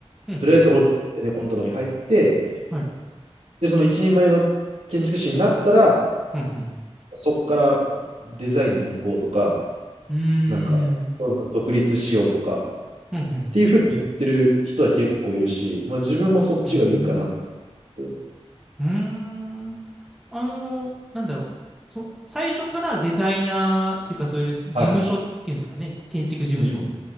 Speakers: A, in the centre; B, on the right.
A: うんうん。
B: とりあえず大きいゼネコンとかに入って、
A: はい。
B: で、その一人前の建築士になったら、
A: うんうん。
B: そこからデザインに行こうとか、
A: うー
B: なんか、
A: ん。
B: 独立しようとか、
A: うんうん。
B: っていうふうに言ってる人は結構いるし、まあ自分もそっちがいいかなと思うんですけど。
A: うーん。うーん。あのー、なんだろう。そ、最初からデザイナーっていうか、そういう事務所っていうんですかね。
B: はい。
A: 建築事務所。
B: うんうん。